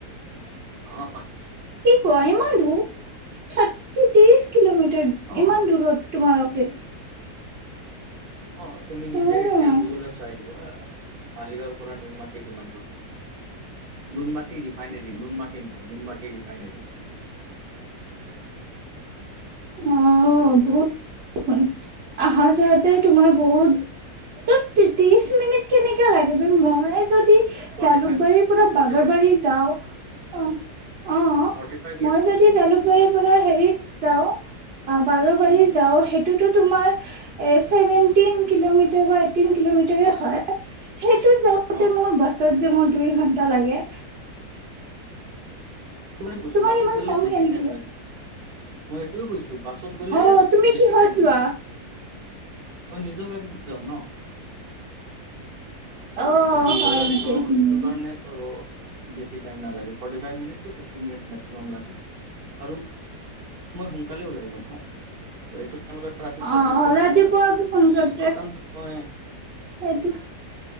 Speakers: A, on the right; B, on the right.
A: অ
B: কি কোৱা ইমান দূৰ থাৰ্টি ত্ৰিশ কিলোমিটাৰ
A: অ
B: ইমান দূুৰৰত তোমাৰ এক
A: অ তুমি
B: অ',
A: নিজে এতিয়া গুগলত চাই লবা হ মালিগাঁৱৰ পৰা নুনমাটিক বিমানবোৰ নুন মাটি ৰিফাইনোৰী নুন মাটি নহয় নুন মাটি পাই নাইটি
B: অ বহত আহাৰ যতে তোমাৰ বহুত ত ত্ৰিশ মিনিট কেনেকাে লাগে মই যদি
A: ফৰ্টি
B: জালুকবাৰীৰ
A: ফাইভ
B: পৰা
A: ফৰ্টি
B: বাগৰবাৰী
A: ফাইভ
B: যাও অ অ
A: ফৰ্টি ফাইভ মিনিটছ
B: মই
A: গৈছো
B: যদি জালুকবাৰীৰ পৰা হেৰিত যাও অ বাৰ বাৰি
A: উম
B: যাও সেইটোতো তোমাৰ এ চছেভেনটিন কিলোমিটাৰ বা এইটটিন কিলোমিটাৰ হয় সেইটোত যাওঁতে
A: অ
B: মোৰ বাছত যে মোৰ দুই ঘন্টা লাগে
A: কিমান গৈছো।
B: তোমাক
A: বছত
B: ইমান
A: গ'লে
B: কম
A: বেছি
B: কেনেকে
A: টাইম লাগে। মই এইটোৱে কৈছো, বাছত গ'লে
B: অ', তুমি
A: বেছি
B: কিহত
A: টাইম
B: যোৱা?
A: নাই। মই নিজৰ গাড়ীত যাওঁ ন।
B: অ
A: মই নিজৰ
B: হয়
A: গাড়ীত
B: নেকি
A: যাবা পাৰি
B: উম
A: সেইটো কাৰণেটো বেছি টাইম নালাগে। ফৰ্টি ফাইভ মিনিট ফিফ মিন মেক্সিমাম লাগে। আৰু মই সোনকালে ওলাই লম। ত' এইটো টাইমত ট্ৰাফিক
B: অ
A: চাফিকো
B: অ ৰাতিপুৱাক
A: নাথাকে
B: সোন ঘত
A: তো
B: ৰাখি
A: আৰামছে
B: সেইটো
A: মই